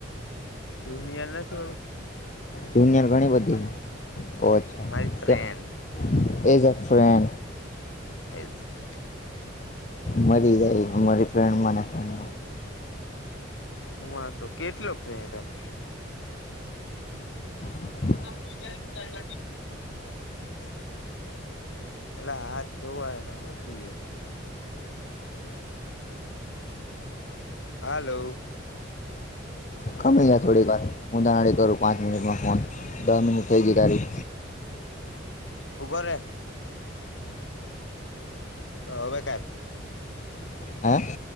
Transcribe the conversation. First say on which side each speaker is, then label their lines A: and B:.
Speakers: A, on the left; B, on the left.
A: તુંમિયા ના સો
B: જુનિયર ઘણી બધી ઓ અચ્છા
A: મારી ફ્રેન્ડ
B: એક એઝ અ ફ્રેન્ડ
A: એજ છે
B: મરી જાય મારી ફેણ મને ફ્રેન્ડમાં
A: હ વા તો કેટલોક જો તાર
B: <inaudible>
A: <unintelligible> એટલે હાથ ધોવાયને શું જોઈએ. હાલો.
B: ગમે જાય થોડીક વાર હું તાનાડી કરું પાંચ મિનિટમાં ફોન દ મિનિટ થઈ ગઈ તારી
A: ઉભોરે હવે ક
B: હા